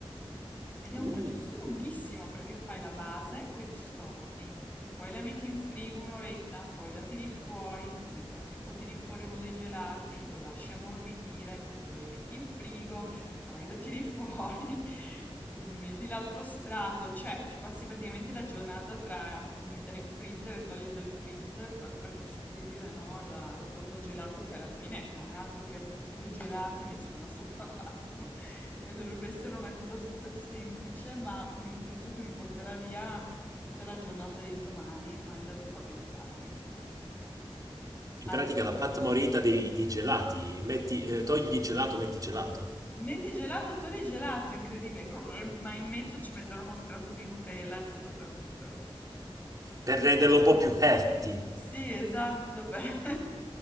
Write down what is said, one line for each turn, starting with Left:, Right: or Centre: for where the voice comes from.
Left: ed è un
Right: Uh,
Left: processo lunghissimo perché fai la base con i biscotti, poi la metti in frigo un'oretta, poi la tiri fuori, nel frattempo tiri fuori uno dei gelati, lo lasci ammorbidire, lo rimetti in frigo, poi lo tiri fuori, <laughs> metti l'altro strato, cioè ci passi praticamente la giornata tra mettere in freezer e togliere dal freezer per, per costruire, no, la, la torta gelato che alla fine non è altro che due gelati messi uno <laughs> sopra l'altro. Eh, Dovrebbe essere una cosa super semplice, ma mm, penso che mi porterà via tutta la giornata di domani, ma intanto ho fatto i gelati.
Right: in
Left: Altra
Right: pratica la
Left: cosa.
Right: pat morita dei, dei gelati. Metti, eh, togli il gelato, metti gelato.
Left: Metti gelato, togli gelato, incredibile, Co- e- ma in mezzo ci metterò uno strato di Nutella, giusto per... per-
Right: Per renderlo un po' più healthy.
Left: Sì, esatto, per <laughs>